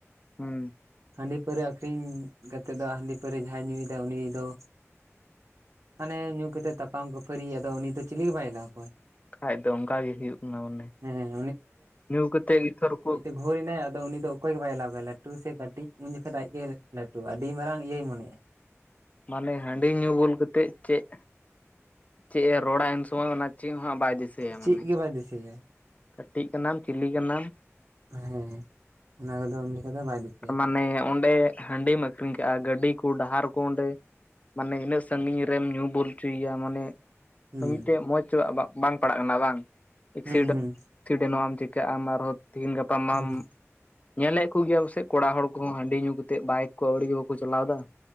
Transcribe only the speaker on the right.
ᱦᱟᱺᱰᱤ ᱯᱟᱹᱣᱨᱟᱹ ᱟᱹᱠᱷᱨᱤᱧ ᱠᱟᱛᱮᱜ ᱫᱚ ᱦᱟᱺᱰᱤ ᱯᱟᱹᱣᱨᱟᱹ ᱡᱟᱦᱟᱸᱭ ᱧᱩᱭᱮᱫᱟ ᱩᱱᱤ ᱫᱚ ᱢᱟᱱᱮ ᱧᱩ ᱠᱟᱛᱮᱫ ᱛᱟᱯᱟᱢ ᱠᱷᱟᱹᱯᱟᱹᱨᱤᱭ ᱟᱫᱚ ᱩᱱᱤ ᱫᱚ ᱪᱤᱞᱤ ᱜᱮ ᱵᱟᱭ ᱮᱞᱟᱣ ᱠᱚᱣᱟᱭ᱾
ᱦᱮᱸ
ᱵᱷᱳᱨ ᱮᱱᱟᱭ ᱟᱫᱚ ᱩᱱᱤ ᱫᱚ ᱚᱠᱚᱭ ᱜᱮ ᱵᱟᱭ ᱮᱞᱟᱣ ᱠᱚᱣᱟ ᱞᱟᱹᱴᱩ ᱥᱮ ᱠᱟᱹᱴᱤᱡᱽ ᱩᱱ ᱡᱚᱠᱷᱮᱡ ᱫᱚ ᱟᱡᱜᱮ ᱞᱟᱹᱴᱩᱼᱟ ᱟᱹᱰᱤ ᱢᱟᱨᱟᱝ ᱤᱭᱟᱹᱭ ᱢᱚᱱᱮᱜᱼᱟ᱾
ᱪᱮᱫ
ᱜᱮ ᱵᱟᱭ ᱫᱤᱥᱟᱹᱭᱟᱭ
ᱦᱮᱸ ᱚᱱᱟ ᱠᱚᱫᱚ ᱩᱱ ᱡᱚᱠᱷᱚᱱ ᱫᱚ ᱵᱟᱭ ᱫᱤᱥᱟᱹᱭᱟ
ᱦᱩᱸ
ᱦᱩᱸ ᱦᱩᱸ
ᱦᱩᱸ